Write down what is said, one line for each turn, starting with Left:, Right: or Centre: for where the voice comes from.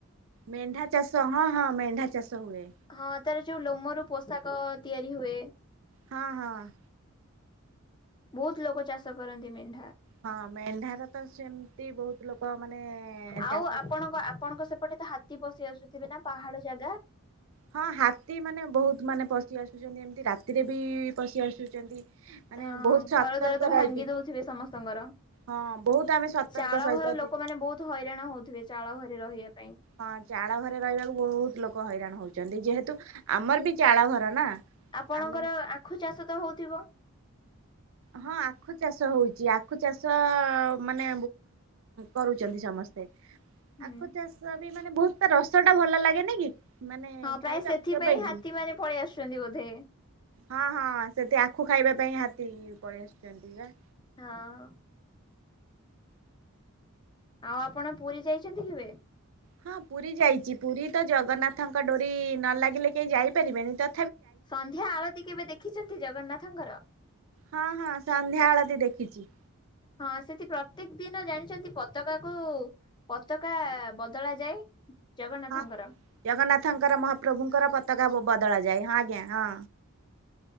Right: ମେଣ୍ଢା ଚାଷ ହଁ, ହଁ ମେଣ୍ଢା ଚାଷ ହୁଏ।
Left: ହଁ, ତାର ଯୋଉ ଲୋମରୁ ପୋଷାକ ତିଆରି ହୁଏ।
Right: ହଁ, ହଁ।
Left: ବହୁତ୍ ଲୋକ ଚାଷ କରନ୍ତି ମେଣ୍ଢା।
Right: ହଁ ମେଣ୍ଢାର ତ ସେମିତି ବହୁତ ଲୋକ ମାନେ
Left: ଆଉ
Right: ଚାଷ
Left: ଆପଣଙ୍କ ଆପଣଙ୍କ ସେପଟେ ତ ହାତୀ ପଶି ଆସୁଥିବେ ନା ପାହାଡ ଜାଗା?
Right: ହଁ, ହାତୀ ମାନେ ବହୁତ ମାନେ ପଶି ଆସୁଛନ୍ତି ଏମିତି, ରାତିରେ ବି ପଶି ଆସୁଛନ୍ତି। ମାନେ
Left: ହଁ
Right: ବହୁତ ସତର୍କ
Left: ଘର ଦ୍ୱାର ତ ଭାଙ୍ଗି
Right: ରହିକି,
Left: ଦଉଥିବେ ସମସ୍ତଙ୍କର।
Right: ହଁ ବହୁତ ଆମେ ସତର୍କ
Left: ଚାଳ
Right: ସହିତ
Left: ଘର
Right: ଏଠି
Left: ଲୋକମାନେ ବହୁତ ହଇରାଣ ହଉଥିବେ ଚାଳ ଘରେ ରହିଆ ପାଇଁ।
Right: ହଁ ଚାଳ ଘରେ ରହିବାକୁ ବହୁତ ଲୋକ ହଇରାଣ ହଉଛନ୍ତି, ଯେହେତୁ ଆମର ବି ଚାଳ ଘର ନା।
Left: ଆପଣଙ୍କର
Right: ଆମେ
Left: ଆଖୁ ଚାଷ ତ ହଉଥିବ?
Right: ହଁ ଆଖୁ ଚାଷ ହଉଛି, ଆଖୁ ଚାଷ ମାନେ କରୁଛନ୍ତି ସମସ୍ତେ।
Left: ହୁଁ
Right: ଆଖୁ ଚାଷ ବି ମାନେ ବହୁତ ତା ରସ ଟା ଭଲ ଲାଗେନି କି? ମାନେ
Left: ହଁ ପ୍ରାୟ
Right: ଖାଇବାକୁ
Left: ସେଥିପାଇଁ
Right: କେବେ
Left: ହାତୀ
Right: କି
Left: ମାନେ ପଳେଇ ଆସୁଛନ୍ତି ବୋଧେ।
Right: ହଁ ହଁ ସେଠି ଆଖୁ ଖାଇବା ପାଇଁ ହାତୀ ପଳେଇ ଆସୁଛନ୍ତି ବା।
Left: ହଁ। ଆଉ ଆପଣ ପୁରୀ ଯାଇଛନ୍ତି କେବେ?
Right: ହଁ ପୁରୀ ଯାଇଛି ପୁରୀ ତ ଜଗନ୍ନାଥଙ୍କ ଡୋରି ନ ଲାଗିଲେ କେହି ଯାଇପାରିବେନି ତ।
Left: ସନ୍ଧ୍ୟା ଆଳତି କେବେ ଦେଖିଛନ୍ତି ଜଗନ୍ନାଥଙ୍କର?
Right: ହଁ ହଁ ସନ୍ଧ୍ୟା ଆଳତି ଦେଖିଛି।
Left: ହଁ ସେଠି ପ୍ରତ୍ୟେକ ଦିନ ଜାଣିଛନ୍ତି ପତାକା କୁ? ପତାକା ବଦଳା ଯାଏ ଜଗନ୍ନାଥଙ୍କର।
Right: ହଁ। ଜଗନ୍ନାଥଙ୍କର ମହାପ୍ରଭୁଙ୍କର ପତାକା ବଦଳା ଯାଏ ହଁ ଆଜ୍ଞା ହଁ।